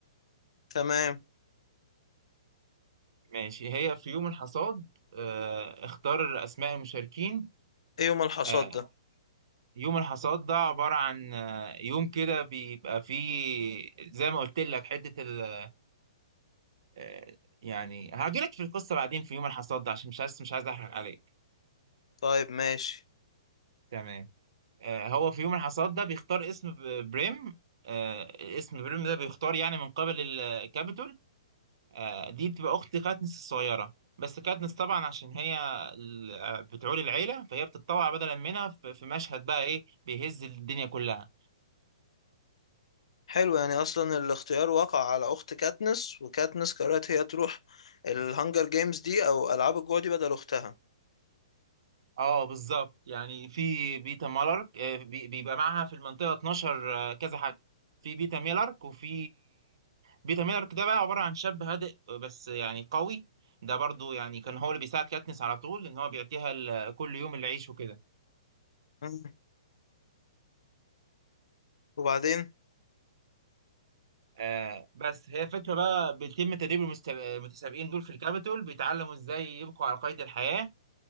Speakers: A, on the left (about 80°); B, on the right (about 55°).
A: تمام
B: ماشي هي في يوم الحصاد آه، اختار أسماء المشاركين
A: إيه يوم الحصاد
B: آه،
A: ده
B: يوم الحصاد ده عبارة عن آه، يوم كده بيبقى فيه زي ما قلت لك حتة ال... آه، يعني هاجيلك في القصة بعدين في يوم الحصاد ده عشان مش عايز مش عايز أحرق عليك
A: طيب ماشي
B: تمام آه، هو في يوم الحصاد ده بيختار اسم ب- بريم آه، اسم بريم ده بيختار يعني من قبل الكابيتول آه، دي بتبقى أخت كاتنس الصغيرة بس كاتنس طبعا عشان هي ال- آه، بتعول العيلة فهي بتتطوع بدلا منها في في مشهد بقى إيه بيهز الدنيا كلها
A: حلو يعني أصلا الاختيار وقع على أخت كاتنس وكاتنس قررت هي تروح الهانجر جيمز دي أو ألعاب الجوع دي بدل أختها
B: اه بالظبط يعني في بيتا مالارك آه، بي- بيبقى معاها في المنطقة 12 آه، كذا حاجة في بيتا ميلارك وفي بيتا ميلارك ده بقى عبارة عن شاب هادئ آه، بس يعني قوي ده برضو يعني كان هو اللي بيساعد كاتنس على طول ان هو بيعطيها ال- كل يوم العيش وكده
A: مم. وبعدين
B: آه بس هي فكرة بقى بيتم تدريب المست- المتسابقين دول في الكابيتول بيتعلموا ازاي يبقوا على قيد الحياة